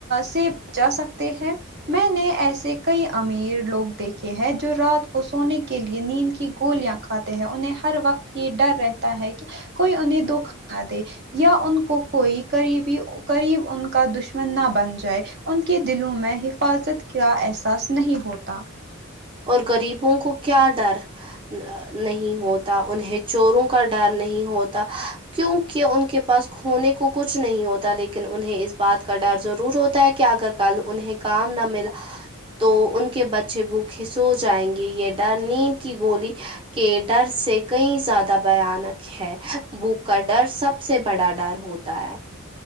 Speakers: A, on the right; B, on the right.
A: سے بچا سکتے ہیں میں نے ایسے کئی امیر لوگ دیکھے ہیں جو رات کو سونے کے لیئے نیند کی گولیاں کھاتے ہیں انہیں ہر وقت یہ ڈر رہتا ہے کہ کوئی انہیں دھوکا نہ دے یا ان کو کوئی قریبی قریب ان کا دشمن نہ بن جائے ان کے دلوں میں حفاظت کا احساس نہیں ہوتا
B: اور غریبوں کو کیا ڈر نہیں ہوتا انہیں چوروں کا ڈر نہیں ہوتا کیونکہ ان کے پاس کھونے کو کچھ نہیں ہوتا لیکن انہیں اس بات کا ڈر ضرور ہوتا ہے کہ اگر کل انہیں کام نہ ملا تو ان کے بچے بھوک کھسو جائیں گے یہ ڈر نیند کی گولی کے ڈر سے کئی زیادہ بھیانک ہیں ہے وہ کا ڈر سب سے بڑا ڈر ہوتا ہے